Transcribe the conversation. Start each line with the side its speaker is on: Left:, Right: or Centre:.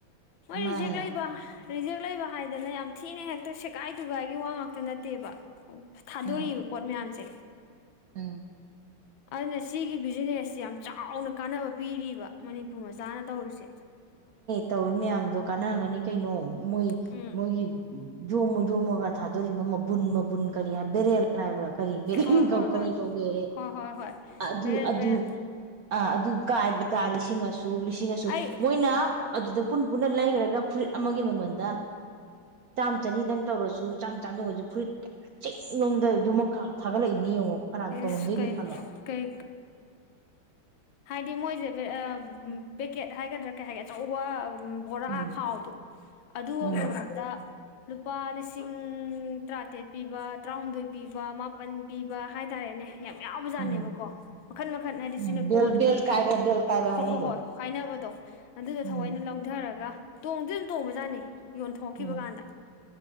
Left: ꯃꯣꯏ
Right: ꯃꯥꯅꯦ
Left: ꯖꯦꯛ ꯂꯩꯕ ꯔꯤꯖꯦꯛ ꯂꯩꯕ ꯍꯥꯏꯗꯅ ꯌꯥꯝ ꯊꯤꯅ ꯍꯦꯛꯇ ꯁꯦꯒꯥꯏ ꯇꯨꯒꯥꯏꯒꯤ ꯋꯥ ꯉꯥꯛꯇ ꯅꯠꯇꯦꯕ ꯊꯥꯗꯣꯔꯛꯏꯕ
Right: ꯎꯝ
Left: ꯄꯣꯠ ꯃꯌꯥꯝꯁꯦ
Right: ꯎꯝ
Left: ꯑꯗꯨꯅ ꯁꯤꯒꯤ ꯕꯤꯖꯤꯅꯦꯁꯁꯤ ꯌꯥꯝ ꯆꯥꯎꯅ ꯀꯥꯟꯅꯕ ꯄꯤꯔꯤꯕ ꯃꯅꯤꯄꯨꯔ ꯃꯆꯥꯅ ꯇꯧꯔꯤꯁꯦ
Right: ꯇꯧꯋꯤ ꯃꯌꯥꯝꯗꯣ ꯀꯥꯟꯅꯍꯝꯉꯅꯤ ꯀꯩꯅꯣ ꯃꯣꯏ
Left: ꯎꯝ
Right: ꯃꯣꯏꯒꯤꯣ ꯌꯝꯃꯥ ꯌꯣꯝꯃꯒ ꯍꯏꯊꯥꯗꯣꯔꯤꯕ ꯕꯨꯟ ꯃꯕꯨꯟ ꯀꯔꯤ ꯍꯥꯏ ꯕꯦꯔꯦꯜ ꯍꯥꯏꯕ꯭ꯔꯥ ꯀꯔꯤ ꯕꯦꯔꯦꯟ
Left: ꯍꯣꯏ
Right: ꯀꯧ
Left: ꯍꯣꯏ
Right: ꯀꯔꯤ
Left: ꯍꯣꯏ
Right: ꯀꯧꯒꯦ
Left: ꯍꯣꯏ ꯍꯣꯏ ꯍꯣꯏ
Right: ꯑꯗꯨ
Left: ꯕꯦꯔꯦꯜ
Right: ꯑꯗꯨ
Left: ꯕꯦꯔꯦꯜ
Right: ꯑꯗꯨ ꯀꯥꯏꯕꯗ ꯂꯤꯁꯤꯡ ꯁꯣꯛ ꯂꯤꯁꯤꯡ
Left: ꯑꯩ
Right: ꯃꯣꯏꯅ ꯑꯗꯨꯗ ꯄꯨꯟ ꯄꯨꯟꯅ ꯂꯩꯈ꯭ꯔꯒ ꯐꯨꯔꯤꯠ ꯑꯃꯒꯤ ꯃꯃꯜꯗ ꯆꯥꯝ ꯆꯅꯤꯗꯪ ꯇꯧꯔꯁꯨ ꯆꯥꯟꯂ ꯍꯧꯛ ꯍꯤ ꯐꯨꯔꯤꯠ ꯆꯤꯡꯅꯨꯡꯗ ꯌꯨꯝꯃꯛ ꯊꯥꯒꯠꯂꯛꯏ ꯃꯤ ꯌꯦꯡꯉꯣ ꯀꯅꯥ
Left: ꯏꯁ
Right: ꯇꯣꯡꯃꯝꯗꯣꯏꯅꯤ
Left: ꯀꯩ
Right: ꯈꯜꯂꯣ <inaudible> <inaudible>
Left: ꯀꯩ ꯗꯤ ꯃꯣꯏꯁꯦ ꯄꯦꯀꯦꯠ ꯍꯥꯏꯒꯗ꯭ꯔꯥ ꯀꯩ ꯍꯥꯏꯒꯦ ꯑꯆꯧꯕ ꯕꯣꯔꯥ
Right: ꯎꯝ
Left: ꯈꯥꯎꯗꯣ ꯑꯗꯨ
Right: ꯎꯝ
Left: ꯑꯃꯝꯗ ꯂꯨꯄꯥ ꯂꯤꯁꯤꯡ ꯇꯔꯥꯇꯔꯦꯠ ꯄꯤꯕ ꯇꯔꯥꯍꯨꯝꯗꯣꯏ ꯄꯤꯕ ꯃꯥꯄꯟ ꯄꯤꯕ ꯍꯥꯏꯇꯥꯔꯦꯅꯦ ꯌꯥꯝ ꯌꯥꯎꯕ ꯖꯥꯠꯅꯦꯕꯀꯣ
Right: ꯎꯝ
Left: ꯃꯈꯟ ꯃꯈꯟ ꯍꯥꯏꯗꯤ
Right: ꯎꯝ
Left: ꯁꯤꯅ
Right: ꯕꯦꯜ
Left: ꯀꯣꯠꯀꯤ
Right: ꯕꯦꯜ ꯀꯥꯏꯕ ꯕꯦꯜ ꯀꯥꯏꯕ
Left: ꯍꯣꯏ
Right: ꯍꯥꯏꯅꯩꯗꯣ
Left: ꯍꯣꯏ ꯍꯣꯏ ꯍꯥꯏꯅꯕꯗꯣ ꯑꯗꯨꯗꯣ ꯊꯑꯣꯏꯅ
Right: ꯎꯝ
Left: ꯂꯧꯊꯔꯒ ꯇꯣꯡꯗ ꯑꯗꯨꯝ ꯇꯣꯡꯕꯖꯥꯠꯅꯤ ꯌꯣꯟꯊꯣꯛꯈꯤꯕ
Right: ꯎꯝ
Left: ꯀꯥꯟꯗ